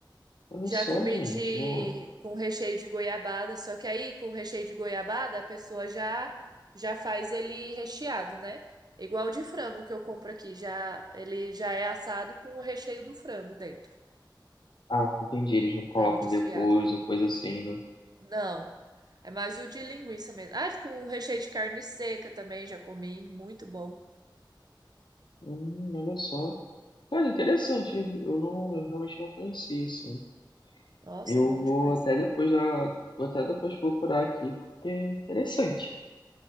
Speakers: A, on the left (about 65°); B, on the right (about 55°).
A: Olha
B: Já
A: só,
B: comi
A: gente.
B: de
A: Não...
B: com recheio de goiabada, só que aí com recheio de goiabada a pessoa já já faz ele recheado, né? Igual o de frango que eu compro aqui, já ele já é assado com o recheio do frango dentro,
A: Ah, entendi. Eles não colocam
B: frango desfiado.
A: depois ou coisa assim, né?
B: Não, é mais o de linguiça mesmo. Ah, com recheio de carne seca também já comi, muito bom.
A: Hum, olha só. Cara, interessante. Eu não, eu realmente não conhecia, assim.
B: Nossa,
A: Eu
B: é bom
A: vou
B: demais.
A: até depois já, vou até depois procurar aqui, porque é interessante.